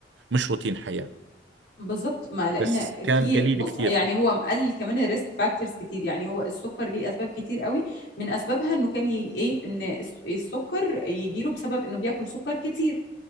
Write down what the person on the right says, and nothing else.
مش روتين حياة
بس كان
قليل
كثير